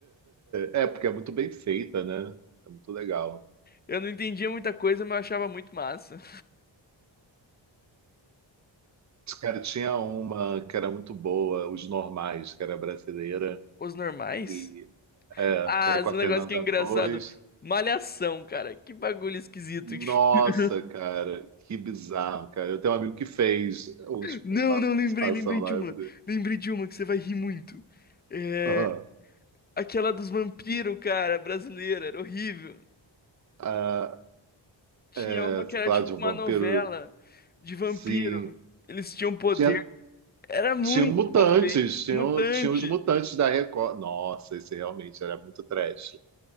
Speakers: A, on the right (about 40°); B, on the left (about 20°).
A: É, porque é muito bem feita, né? É muito legal.
B: Eu não entendia muita coisa, mas eu achava muito massa.
A: Cara, tinha uma que era muito boa, Os Normais, que era brasileira,
B: Os normais?
A: e é,
B: Ah,
A: que era
B: esse
A: com a
B: negócio
A: Fernanda
B: que é engraçado.
A: Torres.
B: Malhação, cara. Que bagulho esquisito.
A: Nossa,
B: <laughs>
A: cara, que bizarro, cara. Eu tenho um amigo que fez os-
B: Não,
A: uma
B: não,
A: participação
B: lembrei, lembrei de
A: lá. eu
B: uma.
A: falei,
B: Lembrei de uma que você vai rir muito. É...
A: "Ah,
B: Aquela dos vampiros, cara, brasileira. Era horrível.
A: ah,
B: Tinha
A: é,
B: uma que era
A: claro,
B: tipo
A: de um
B: uma
A: vampiro,
B: novela de vampiro.
A: sim.
B: Eles tinham poder.
A: Tinha,
B: Era muito
A: tinha mutantes,
B: mal feito,
A: tinham
B: mutante.
A: tinha os mutantes da Record. Nossa, esse realmente era muito trash.